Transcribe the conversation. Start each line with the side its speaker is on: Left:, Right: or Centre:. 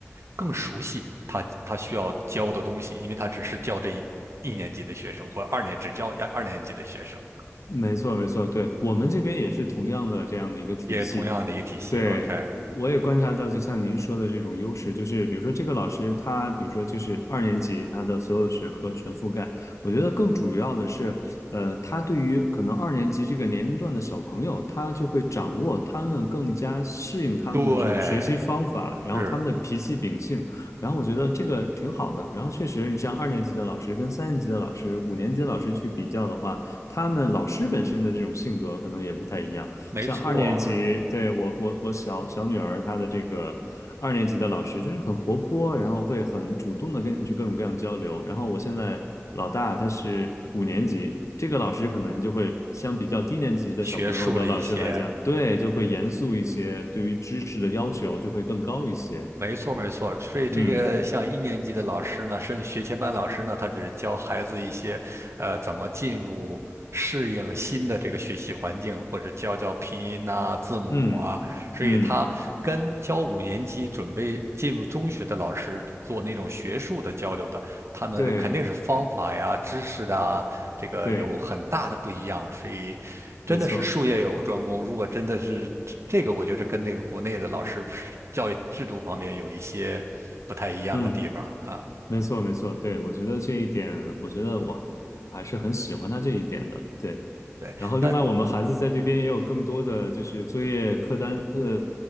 Right: 更熟悉他他需要教的东西，因为他只是教这一一年级的学生，或者二年只教二二年级的学生，
Left: 没错，没错，对，我们这边也是同样的这样的一个体系。
Right: 也同样的一个体系。
Left: 对，
Right: OK，
Left: 我也观察到，就像您说的这种优势，就是比如说这个老师他，比如说就是二年级，他的所有学科全覆盖。我觉得更主要的是，呃，他对于可能二年级这个年龄段的小朋友，他就会掌握他们更加适应他们的这种学习方法，
Right: 对，
Left: 然后他们的脾气秉性，
Right: 是
Left: 然后我觉得这个挺好的。然后确实，像二年级的老师跟三年级的老师、五年级的老师去比较的话，他们老师本身的这种性格可能也不太一样。
Right: 没错儿
Left: 像二年级，对，我我我小小女儿她的这个二年级的老师就是很活泼，然后会很主动的跟你去各种各样交流。然后我现在老大他是五年级，这个老师可能就会相比较低年级的小朋友的老师来讲，
Right: 学术了一些。
Left: 对，就会严肃一些，对于知识的要求就会更高一些。
Right: 没错，没错。所以这个像一年级的老师呢，
Left: 嗯
Right: 甚至学前班老师呢，他只是教孩子一些，呃，怎么进入适应新的这个学习环境，或者教教拼音呐、字母啊。
Left: 嗯嗯，
Right: 所以他跟教五年级准备进入中学的老师做那种学术的交流的，他们肯定是方法呀、
Left: 对
Right: 知识啊，这个有很大的不一样，
Left: 对，
Right: 所以真的是术业有专攻。
Left: 没错，
Right: 如果真的是这个，我觉得跟那个国内的老师教育制度方面有一些不太一样的地方啊。
Left: 嗯。没错，没错，对，我觉得这一点，我觉得我还是很喜欢他这一点的，对。
Right: 对，
Left: 然后，
Right: 那
Left: 另外我们孩子在这边也有更多的就是作业课单，呃，